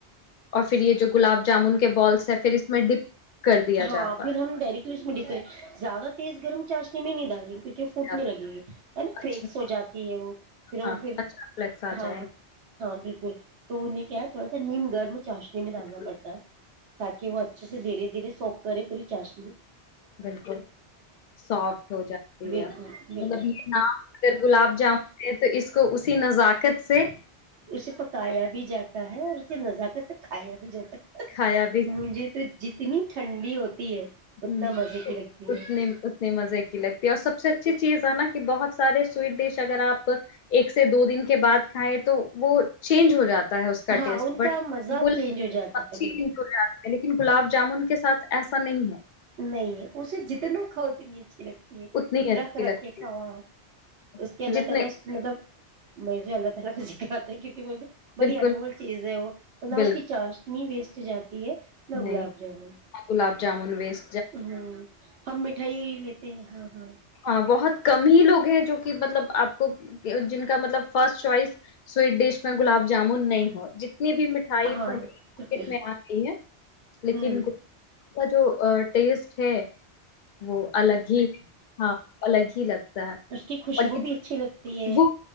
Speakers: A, on the left (about 60°); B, on the right (about 75°).
A: اور پھر یہ جو گلاب جامن کے بالس ہے پھر اس میں ڈپ کر دیا
B: ہاں
A: جاتا
B: پھر ہم ڈائریکٹلی اس میں ڈف کرے زیادہ تیز گرم چا تمی نہیں ڈالی فوٹنے
A: ہے،
B: لگے گی ہے نا
A: اچھا
B: فیکس ہو جاتی ہے وہ پھر وہ
A: ہاں
B: پھر
A: اچھا فلیکس آ
B: ہاں
A: جائیں
B: ہاں ہاں بالکل تو انہیں کیا ہے تھوڑا سا نیم گرم چاشنی میں
A: گے
B: ڈالنا
A: بالکل
B: پڑتا ہے تاکہ وہ اچھے سے دھیرےھیرے سوکر کرری چاشمی
A: بالکل سافٹ ہو جاتی
B: بالکل
A: ہے
B: بالکل
A: مطلب یہ ن اگر
B: ہاں
A: گلاب جامن تو اس کو اسی نزاکت سے
B: اسے پکایا بھی جاتا ہے اور اسے نذاکت سے کھایا بھی جاتا ہے
A: کھایا
B: مھے تو جتنی ٹھنڈی ہوتی ہے اتنا
A: ہ
B: مزے کی لگتی
A: اتنے
B: ہے
A: اتنے مزے کی لگتی ہے اور سب سے اچھی چیز ہے نا کہ بہت سارے سویٹ ڈش اگر آپ ایک سے دو دن کے بعد کھائیں تو وہ چینج ہو جاتا ہے اس کا
B: ہاں
A: ٹیسٹ
B: ان
A: بٹ
B: کا مزہ
A: تو
B: چینج ہو جاتا
A: ج
B: ہے بالکل
A: ہے لیکن گلاب جامن کے ساتھ ایسا نہیں ہے
B: نہیں اسے جتنا خت نہیں اچھی لگتی ہے
A: اتنی
B: درخت
A: اچھی
B: رکھ
A: لگتی
B: کے کھوا اس
A: ہے
B: کے اللہ
A: جتنے
B: تعالی اس مطلب <unintelligible> کیونکہ م بڑی
A: بالکل
B: امول چیز ہے وہ نہ
A: بالکل
B: اس کی چاش نہیں ویسٹ تجار ے میں
A: نہیں
B: گلاب جامن
A: گلاب جامن ویس
B: ہاں ہم مٹھائی لیتے ہیں ہاں ہاں
A: ہاں بہت کم ہی لوگ ہیں جو کہ مطلب آپ کو جن کا مطلب فسٹ چوائس سویٹ ڈش میں گلاب جامن نہیں ہو جنا اتنی بھی مٹھائی
B: ہاں
A: بلے
B: ہاں
A: مارکیٹ
B: بالکل
A: میں آ رہئی ہے لیکن
B: ہوں
A: اس کا جو ٹیسٹ ہے وہ الگ ہی ہاں الگ لگتا ہے
B: اس کی خوشبو
A: اور یہ
B: بھی اچھی لگتی
A: خوشبو
B: ہے